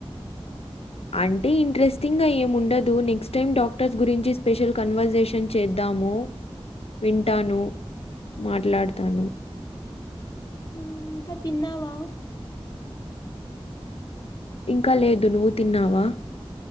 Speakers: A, on the left (about 75°); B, on the left (about 35°).
A: అంటే ఇంట్రెస్టింగ్ గా ఏమిండదు నెక్స్ట్ టైమ్ డాక్టర్స్ గురించి స్పెషల్ కన్వర్సేషన్ చేద్దాం తాము వింటాను మాట్లాడతాను
B: ఉమ్ ఇంకా తిన్నావా
A: ఇంకా లేదు నువ్వు తిన్నావా